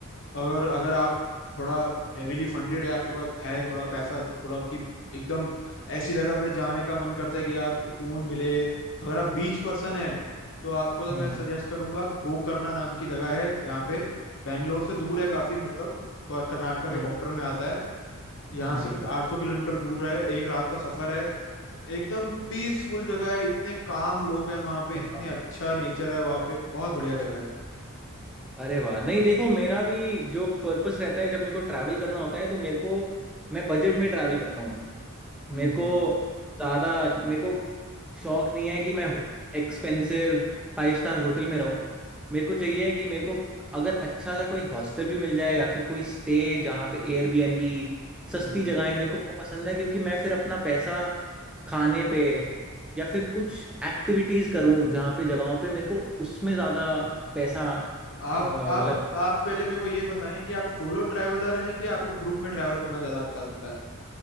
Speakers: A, on the left (about 65°); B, in the centre.
A: अगर अगर आप थोड़ा हेविली फंडेड है आपके पास है थोड़ा पैसा थोड़ा आपकी एकदम ऐसी जगह पे जाने का मन करता है कि यार सुकून मिले अगर आप बीच पर्सन है तो आपको तो
B: हम्म
A: मैं सजेस्ट करूंगा गोकर्णा नाम की जगह है यहाँ पे बैंगलोर से दूर है काफी मतलब क- कर्नाटका के
B: हाँ
A: बॉर्डर में आता है यहाँ
B: हाँ
A: से
B: जी
A: कुछ 800 किलोमीटर दूर है एक रात का सफर है एकदम पीसफुल जगह है इतने काम लोग हैं वहाँ पे
B: अरे
A: इतनी
B: वाह
A: अच्छा नेचर है वहाँ पे बहुत बढ़िया जगह है
B: अरे वाह नहीं देखो मेरा भी जो पर्पस रहता है जब मेरे को ट्रैवल करना होता है तो मेरे को मैं बजट में ट्रैवल करता हूँ
A: हम्म
B: मेरे को ज्यादा मेरे को शौक नहीं है कि मैं एक्सपेंसिव फाइव स्टार होटल में रहूं मेरे को चाहिए कि मेरे को अगर अच्छा सा कोई हॉस्टल भी मिल जाए या फिर कोई स्टे जहाँ पे एयरबीएनबी सस्ती
A: हम्म
B: जगहें मेरे को वो पसंद है क्योंकि मैं फिर अपना पैसा खाने पे या फिर कुछ एक्टिविटीज करूं जहाँ पे जगहों पे मेरे को उसमें ज्यादा पैसा
A: आप
B: अ,
A: आप
B: लगा
A: आप पहले मेरे को ये बताएं कि आप सोलो ट्रैवलर हैं कि आपको ग्रुप में ट्रैवल करना ज्यादा अच्छा लगता है